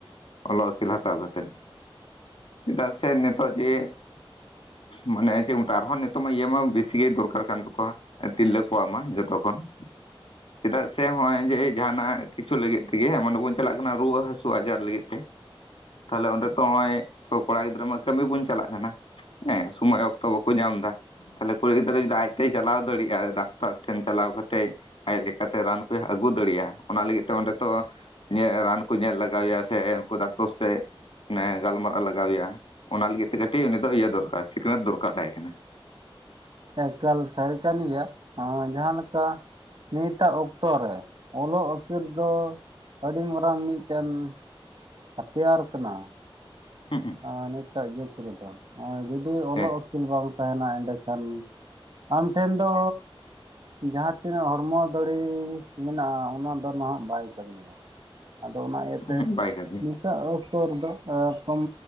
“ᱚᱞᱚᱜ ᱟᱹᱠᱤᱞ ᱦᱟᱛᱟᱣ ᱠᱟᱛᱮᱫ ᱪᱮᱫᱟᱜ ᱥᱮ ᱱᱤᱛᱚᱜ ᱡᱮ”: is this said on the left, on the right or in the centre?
Left